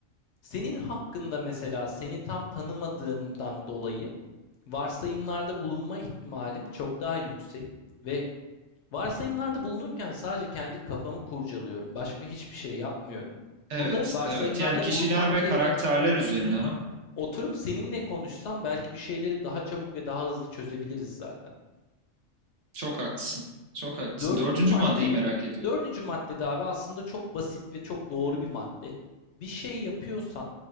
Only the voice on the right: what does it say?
Evet,
evet. Yani kişiler
ve
karakterler üzerine
ha.
Çok haklısın. Çok haklısın.
Dördüncü
maddeyi merak ediyorum.